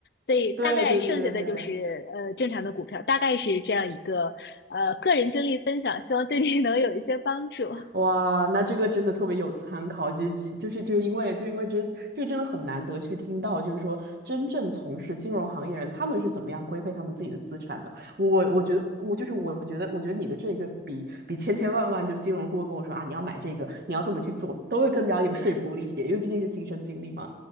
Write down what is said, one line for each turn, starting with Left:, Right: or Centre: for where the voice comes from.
Left: 所以大概剩下的就是呃正常的股票，
Right: 对对对对对，
Left: 大概是这样一个呃个人经历分享，希望对你 <laughs> 能有一些帮助
Right: 哇，那这个真的特别有参考，就就就是就是因为就因为这这个真的很难得去听到，就是说真正从事金融行业人他们是怎么样规备他们自己的资产的。我我觉得我就是我觉得我觉得你的这个比比千千万万就是金融顾问跟我说啊，你要买这个，你要这么去做，都会更加有说服力一点，因为毕竟是亲身经历嘛。